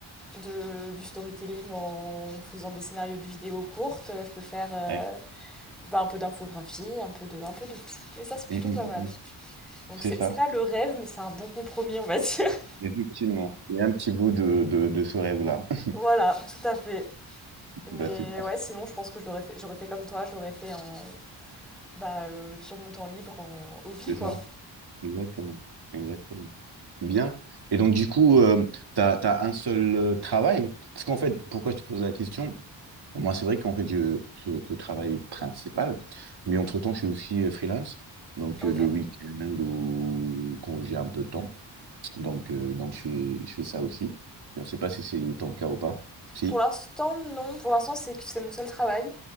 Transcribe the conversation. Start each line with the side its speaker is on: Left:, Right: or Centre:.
Centre: de- du storytelling en faisant des scénarios de vidéos courtes, je peux faire euh,
Right: ouais.
Centre: bah, un peu d'infographie, un peu de, un peu de tout. Et ça, c'est plutôt
Right: Mm, mm,
Centre: pas
Right: mm,
Centre: mal.
Right: mm.
Centre: Donc,
Right: C'est
Centre: c'est
Right: ça,
Centre: c'est pas le rêve, mais c'est un bon compromis, on va dire. <laughs>
Right: effectivement. Il y a un petit bout de, de, de ce rêve-là. <laughs>
Centre: Voilà, tout à fait.
Right: Bah,
Centre: Mais
Right: c'est parfait,
Centre: ouais, sinon, je pense que je l'aurais fait, j'aurais fait comme toi, je l'aurais fait en, bah, euh, sur mon temps libre en hobby,
Right: c'est
Centre: quoi.
Right: ça. Exactement, exactement. Bien. Et donc, du coup, euh, tu as, un seul euh, travail. Parce qu'en fait, pourquoi je te pose la question? Moi, c'est vrai qu'en fait, je, ce, ce travail principal, mais entre-temps, je suis aussi euh, freelance. Donc,
Centre: Ok.
Right: euh, le week-end ou quand j'ai un peu de temps. Donc, euh, donc je fais, je fais ça aussi. Et on ne sait pas si c'est ton cas ou pas. Si.
Centre: Pour l'instant, non. Pour l'instant, c'est c'est mon seul travail.